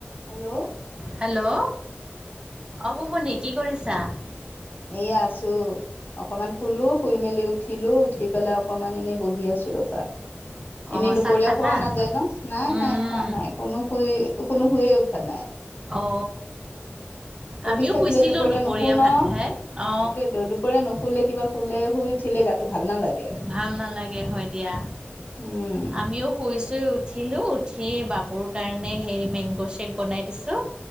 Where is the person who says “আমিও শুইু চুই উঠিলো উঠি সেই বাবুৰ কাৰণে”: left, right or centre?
Right